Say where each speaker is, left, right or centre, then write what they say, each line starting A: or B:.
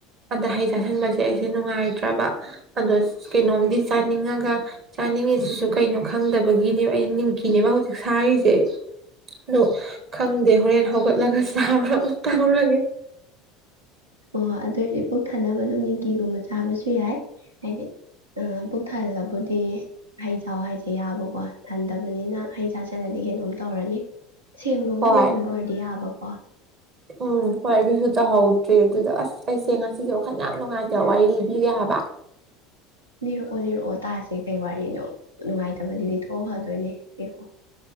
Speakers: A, on the right (about 40°); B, on the right (about 85°).
A: ꯑꯗ ꯍꯩ ꯆꯥꯥꯁꯟꯕꯁꯦ ꯑꯩꯁꯦ ꯅꯨꯡꯉꯥꯏꯇ꯭ꯔꯕ ꯑꯗꯣ ꯀꯩꯅꯣꯝꯗꯤ ꯆꯥꯅꯤꯡꯉꯒ ꯆꯥꯅꯤꯡꯉꯤꯁꯤꯁꯨ ꯀꯩꯅꯣ ꯈꯪꯗꯕꯒꯤꯅꯦꯕ ꯑꯩꯅ ꯅꯤꯡꯀꯤꯅꯦꯕ ꯍꯧꯖꯤꯛ ꯁꯥꯔꯤꯁꯦ ꯑꯗꯨ ꯈꯪꯗꯦ ꯍꯣꯔꯦꯟ ꯍꯧ ꯠꯂꯒ ꯁꯔ ꯇ ꯂꯒꯦ
B: ꯍ ꯍꯣꯏ ꯑꯗꯨꯑꯣ ꯑꯣꯏꯔꯗꯤ ꯄꯨꯛ ꯊꯟꯅꯅꯕ ꯑꯗꯨꯝ ꯅꯤꯀꯤꯤꯒꯨꯝꯕ ꯆꯥꯕꯁꯨ ꯌꯥꯏ ꯍꯥꯏꯗꯤ ꯄꯨꯛ ꯊꯜꯂꯕꯨꯗꯤ ꯍꯩ ꯆ ꯍꯥꯏꯁꯦ ꯌꯥꯕꯀꯣ ꯊꯟꯗꯕꯅꯤꯅ ꯍꯩ ꯆꯥꯁꯤꯜꯂꯗꯤ ꯀꯩꯅꯣꯝ ꯇꯧꯔꯅꯤ ꯁꯦꯝꯒꯨꯝꯕ
A: ꯍꯣꯏ
B: ꯀꯩꯒꯨꯝꯕ ꯑꯣꯏꯔꯗꯤ ꯌꯥꯕ ꯋꯥ
A: ꯎꯝ ꯍꯣꯏ ꯑꯗꯨꯁꯨ ꯇꯧꯍꯧꯗ꯭ꯔꯦ ꯑꯗꯨꯗ ꯑꯁ ꯑꯩꯁꯦ ꯉꯁꯤꯁꯦ ꯋꯥꯈꯜ ꯌꯥꯝ ꯅꯨꯡꯉꯥꯏꯇꯦ ꯋꯥꯔꯤ ꯂꯤꯕꯤꯔꯦ ꯍꯥꯏꯕ
B: ꯂꯤꯔꯛꯑꯣ ꯂꯤꯔꯛꯑꯣ ꯇꯥꯁꯦ ꯀꯩ ꯋꯥꯔꯤꯅꯣ ꯅꯨꯡꯉꯥꯏꯇꯕꯗꯨꯗꯤ ꯊꯣꯛꯣꯛꯑ ꯐꯗꯣꯏꯅꯦ ꯂꯤꯔꯛꯑꯣ